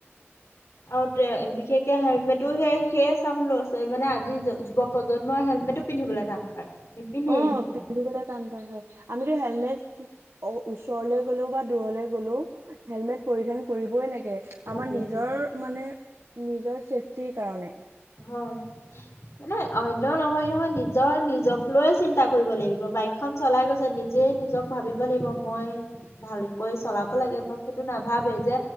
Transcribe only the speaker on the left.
আৰু তে বিশেষকে হেলমেটো সে সেয়ে চাম লৰা ছোৱালী মানে আজিৰ যুৱ প্ৰজন্মই হেলমেট হেলমেটো পিন্ধিবলৈ টান পায়, নিপিন্ধেই
হেলমেট।
লাগে
হয়,
হয়। মানে অন্য নহয় নহয় নিজৰ নিজক লৈয়ে চিন্তা কৰিব লাগিব বাইকখন চলাই গৈছে নিজে নিজক ভাবিব লাগিব মই ভালকৈ চলাব লাগে ধৰক সেইটো নাভাবেই যে